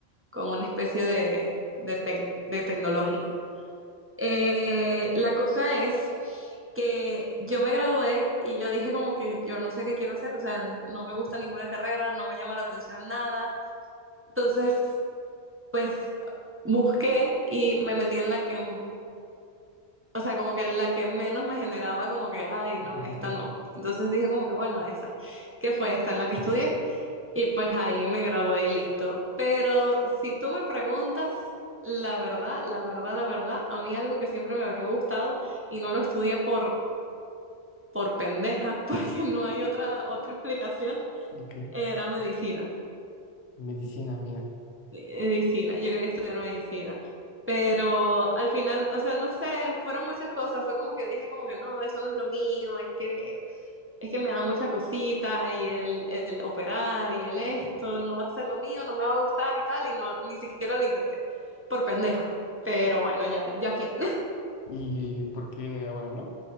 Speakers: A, on the right; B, on the left.
A: con una especie de, de tec- de tecnológico. Eh, la cosa es que yo me gradué y yo dije como que yo no sé qué quiero hacer, o sea, no me gusta ninguna carrera, no me llama la atención nada. Entonces, pues busqué y me metí en la que o sea, como que la que menos me generaba como que, ay, no,
B: <laughs>
A: esta no. Entonces dije como que, bueno, esa, que fue esta en la que estudié. Y pues ahí me gradué y listo. Pero si tú me preguntas, la verdad, la verdad, la verdad, a mí algo que siempre me había gustado y no lo estudié por, por pendeja, <laughs> porque no hay otra, otra explicación,
B: Ok.
A: era medicina.
B: Medicina, mira.
A: medicina, yo quería estudiar medicina, pero al final, o sea, no sé, fueron muchas cosas, fue como que dije como que no, eso no es lo mío, es que es que me da mucha cosita y el, el operar y el esto, no va a ser lo mío, no me va a gustar y tal, y no, ni siquiera lo intenté, por pendeja, pero bueno, ya, ya qué.
B: ¿Y por qué ahora no?